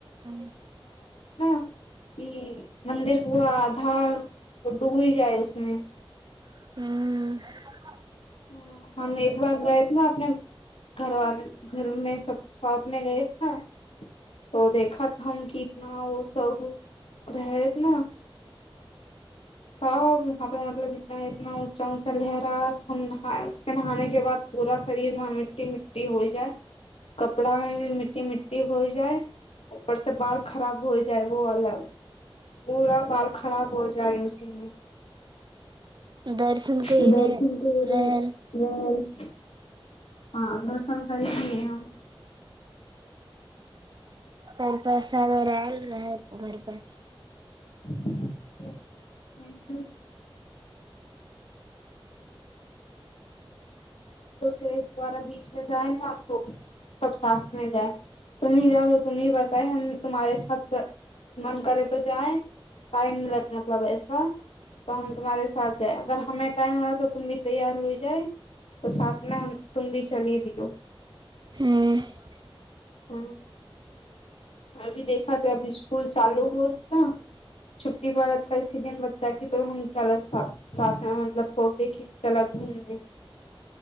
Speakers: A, on the right (about 50°); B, on the left (about 85°).
A: ह
B: <unintelligible> ई मंन्दिर पूरा आधा डूबी जाइ छ
A: <unintelligible>
B: <unintelligible> घरव घरमे सब साथ में गए थे तो देखत हम कितना ओ <inaudible> सब रहत ने सब वहाँ पे मतलब इतना ह इतना ऊँचा ऊचा लहरा हम ख उसके नहाने के बाद पूरा शरीर व मिट्टी मिट्टी हो जाए कपड़ा में भी मिट्टी मिट्टी हो जाइ ऊपर से बाल खराब हो जाए वो अलग <inaudible> पूरा बाल खराब हो जा <inaudible> उीमे
A: दर्शन कई रहे
B: दर्ख
A: रहल
B: <unintelligible> हँ दर्शन कर दिये हम
A: पान प्रसाद आयल रहै घर पर
B: <inaudible> सोच रह दुोबारा बीच प जाए न सब साथ मे गए <unintelligible> तुम्ही जाए त तुमही बताए हम तुम्हहारे साथ मन करे तो जाय टाइम म रहत मतलब ऐसा त हम तुम्हारे साथ जाए अगर हमे टाइम रह तुम भी तैयार होइ जाए त साथमे तुम भी चली दियौ
A: ह
B: ह <inaudible> अभी देखा त अभी स्कूल चालू होत न छुट्टी पड़ा कैसी दिन बच्चा क तो हम च सा मतलब सोचे क चल घूमने